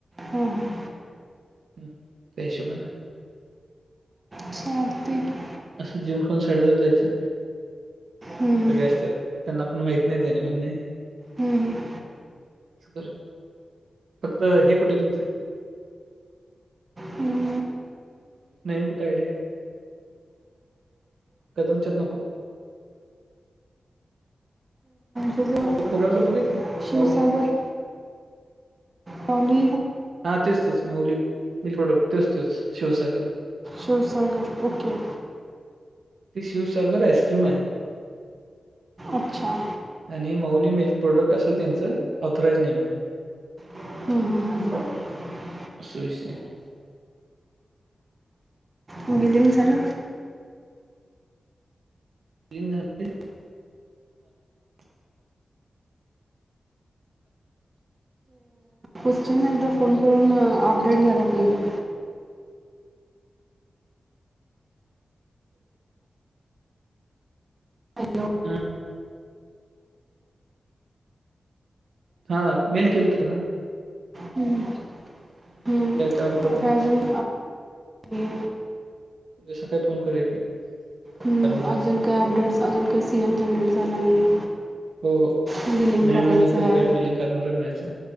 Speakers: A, on the right; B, on the right.
A: हां हां
B: त्याहिशोबान.
A: चालते की
B: असं जीवन कोण साडे दाला जायचं.
A: हं, हं.
B: सगळे असत त्यांना पण माहित नाही त्यानी म्हण नाही
A: हं, हं.
B: बर फक्त हे कुठे घ्यायचं?
A: हम्म.
B: नाहीन कुठं आयडिया. कदम चत नको.
A: <unintelligible>
B: तो कोबराचं बघायचं
A: शिवसागर.
B: माऊली
A: पाली
B: हां तेच तेच माऊली मिल्क प्रोडक्ट तोच -तोच शिवसागर.
A: शिवसागर ओके.
B: ते शिवसागर आईस्क्रीम आहे.
A: अच्छा
B: आणि मऊली मिल्क प्रोडक्ट असं त्यांचं ऑथोराईज नेम आहे.
A: हम्म हम्म हम्म.
B: अस विषय हाय.
A: बिलीगं झाल?
B: बिलिंग झाल <unintelligible>
A: क्वशन एकदा फोन करून आपडेट घ्यायला पाहिजे. हॅलो
B: हम्म. हा मेल केलत नां?
A: हम्म. हम्म.
B: काय त्यावर फोन
A: काय
B: नाहीच,
A: अजून हे.
B: उद्या सकाळी फोन करूया की.
A: हम्म
B: साडे नऊ दहा
A: अजून
B: वाजता
A: काय अपडेट्स अजून काय सीएन जनरेट झाला नायी.
B: हो हो.
A: बिलिंग
B: नवीन
A: करायचाय.
B: महिन्यात तरी काय बिलिंग करणार आहे म्हणायचं